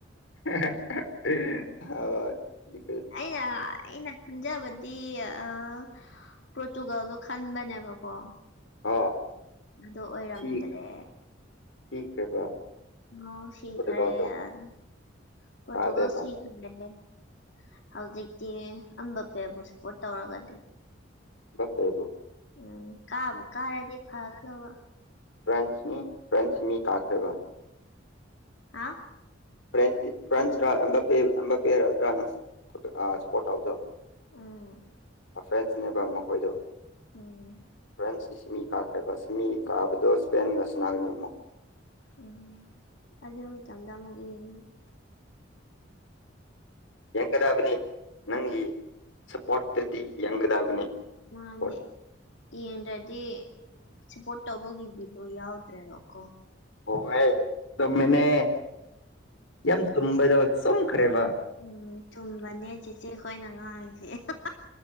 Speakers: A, on the left; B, on the left.
A: <unintelligible>
B: ꯑꯩꯅ ꯏꯩꯅ ꯈꯟꯖꯕꯗꯤ ꯑ ꯄꯣꯔꯇꯨꯒꯥꯜꯗꯣ ꯈꯟꯕꯅꯦꯕꯀꯣ
A: ꯑꯣ
B: ꯑꯗꯨ ꯑꯣꯏꯔꯝꯗ꯭ꯔꯦ
A: ꯁꯤꯈ꯭ꯔꯦ ꯁꯤꯈ꯭ꯔꯦꯕ꯫
B: ꯑꯣ ꯁꯤꯈꯔꯦ
A: ꯄꯣꯔꯇꯨꯒꯜꯗꯣ
B: ꯄꯣꯇꯨꯒꯜ
A: ꯀꯥꯗꯦꯕ
B: ꯁꯤ ꯦ ꯍꯧꯖꯤꯛꯇꯤ ꯑꯝꯕ ꯄꯦꯕꯨ ꯁꯞꯄꯣꯔꯠ ꯇꯧꯔꯒ ꯂꯩ
A: ꯑꯦꯝ ꯕꯥꯄꯦꯟꯕꯦꯕꯨ꯫
B: ꯎꯝ ꯀꯥꯕꯨ ꯀꯥꯔꯗꯤ ꯐꯒꯗꯧꯕ
A: ꯐ꯭ꯔꯦꯟꯁꯅꯤ ꯐ꯭ꯔꯦꯟꯁꯁꯤ ꯃꯤ ꯇꯥꯈ꯭ꯔꯦꯕ
B: ꯍꯥ
A: ꯐ꯭ꯔ ꯐ꯭ꯔꯦꯟꯁ ꯔ ꯑꯦꯝ ꯕꯥ ꯑꯦꯝ ꯕꯥꯄꯦꯔꯥ ꯅꯪꯁꯨ ꯁꯨꯞꯄꯣꯔ ꯇꯧꯕꯗꯣ꯫
B: ꯎꯝ
A: ꯐ꯭ꯔꯦꯟꯁꯅꯦꯕ ꯃꯈꯣꯏꯗꯣ
B: ꯎꯝ
A: ꯐ꯭ꯔꯦꯟꯁꯇ ꯁꯤꯃꯤ ꯀꯥꯈ꯭ꯔꯦꯕ ꯁꯤꯃꯤ ꯀꯥꯕꯗꯣ ꯁ꯭ꯄꯦꯟꯒ ꯁꯅꯥꯒꯅꯤ ꯑꯃꯨꯛ꯫
B: ꯎꯝ ꯑꯗꯨ ꯃꯇꯝꯗ ꯑꯃꯨꯛ ꯌꯦꯡꯉꯤ
A: ꯌꯦꯡꯒꯗꯕꯅꯤ ꯅꯪꯒꯤ ꯁꯞꯄꯣꯔꯠꯇꯨꯗꯤ ꯌꯦꯡꯒꯗꯕꯅꯤ
B: ꯃꯥꯅꯦ
A: ꯁꯄꯣꯔꯠ
B: ꯌꯦꯡꯗ꯭ꯔꯗꯤ ꯁꯞꯄꯣꯔꯠ ꯇꯧꯕꯒꯤ ꯕꯤꯗꯣ ꯌꯥꯎꯗ꯭ꯔꯦꯕꯀꯣ
A: ꯍꯣ ꯍꯣꯏ ꯆꯨꯝꯃꯤꯅꯦ ꯌꯥꯝ ꯆꯨꯝꯕꯗꯣ ꯆꯨꯝꯈ꯭ꯔꯦꯕ
B: ꯎꯝ ꯊꯨꯝꯕꯅꯦ ꯆꯤꯆꯦ ꯈꯣꯏꯅ ꯉꯥꯡꯉꯤꯁꯦ ꯍꯦ ꯍꯥ ꯍꯥ